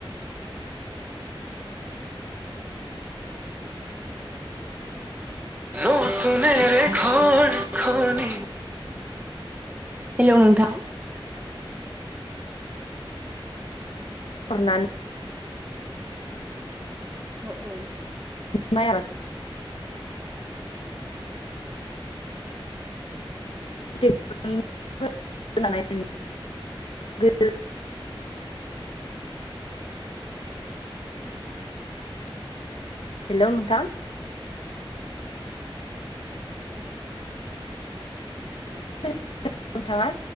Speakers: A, on the right; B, on the left.
A: न'थुन रे खन खनि हेलौ नोंथां
B: नानै
A: औ औ
B: माइ आबाद <unintelligible> गोदो हेल' नोंथां खोनादों नोंथाङा